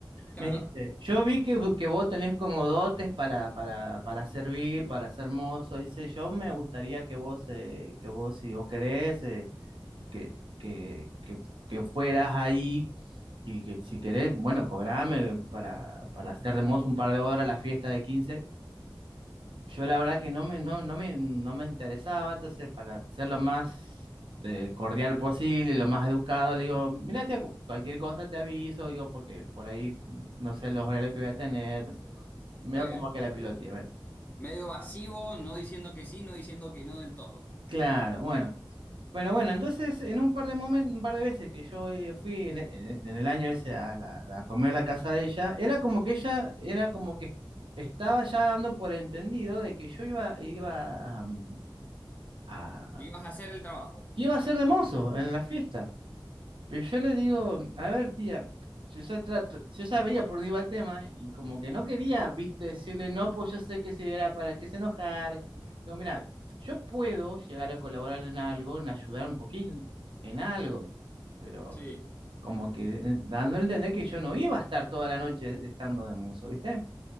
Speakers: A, on the left; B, on the right.
A: Claro,
B: Me dice, yo vi que, que vos tenés como dotes para, para, para servir, para ser mozo. Dice, yo me gustaría que vos, eh, que vos, si vos querés, eh, que, que, que, que fueras ahí y que si querés, bueno, cobrame para, para hacer de mozo un par de horas la fiesta de quince yo la verdad que no me, no, no me, no me interesaba, entonces para ser lo más eh, cordial posible, lo más educado, le digo, mira, tía, cu- cualquier cosa te aviso, digo, porque por ahí no sé los horarios que voy a tener, no sé, veo
A: está bien.
B: como que la piloteé, bueno.
A: Medio vacío, no diciendo que sí, no diciendo que no del todo.
B: Claro, bueno. Bueno, bueno, entonces en un par de momentos, un par de veces que yo eh, fui en, e- en e- en el año ese a, la- a comer a la casa de ella, era como que ella, era como que estaba ya dando por entendido de que yo iba, iba, am, a
A: Que ibas a hacer el trabajo.
B: que iba a ser de mozo en la fiesta. Pero yo le digo, a ver, tía, yo ya, tra- tra- yo ya veía por dónde iba el tema y como que no quería, viste, decirle no, pues yo sé que si era para que se enojara. que- Digo, mira, yo puedo llegar a colaborar en algo, en ayudar un poquito en en algo, pero
A: Sí.
B: como que eh, dando a entender que yo no iba a estar toda la noche estando de mozo, ¿viste?